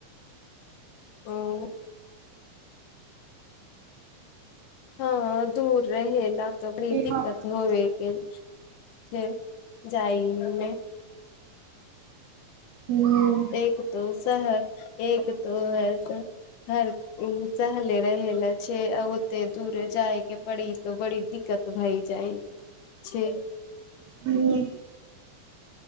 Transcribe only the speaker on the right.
इहाँ
हूँ
हूँ